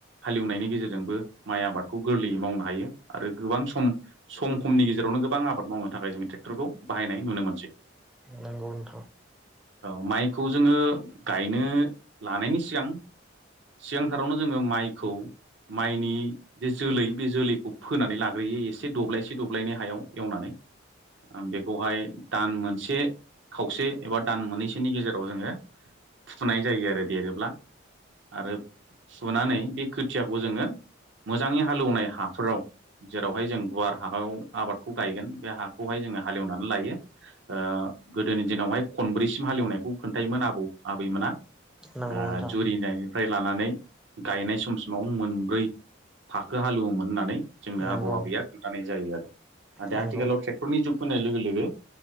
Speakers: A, on the right (about 65°); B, in the centre.
A: हालेवनायनि गेजेरजोंबो माइ आबादखौ गोरलैयै मावनो हायो। आरो गोबां सम सम खमनि गेजेरावनो गोबां आबाद मावनो थाखाय जों ट्रेक्टरखौ बाहायनाय नुनो मोनसै।
B: नोंगौ नो
A: औ माइखौ जोङो गायनो लानायनि सिगां सिगांथारावनो जोङो माइखौ माइनि जे जोलै बे जोलैखौ फोनानै लाग ग्रोयो एसे दब्लायसे दब्लायनै हायाव एवनानै। ओं बेखौहाय दान मोनसे खावसे एबा दान मोननैसोनि गेजेराव जोङो। फुथुनाय जायो आरो देरोब्ला। आरो फुनानै बे खोथियाखौ जोङो मोजाङै हालेवनाय हाफोराव जेरावहाय जों गुवार हायाव आबादखौ गायगोन। बे हाखौहाय जोङो हालेवनानै लायो। ओ गोदोनि दिनावहाय खनब्रैसिम हालेवनायखौ खोन्थायोमोन आबौ आबैमोना।
B: नंगौ
A: आ
B: नोंथां
A: जुरिनाय फ्राय लानानै गायनाय समसिमाव मोनब्रै फाखो हालौयोमोन होननानै जोंनो
B: नंगौ
A: आबौ आबैया खोन्थानाय जायो आरो।
B: नंगौ
A: आथिखालाव ट्रेक्टरनि जुग फैनाय लोगो लोगो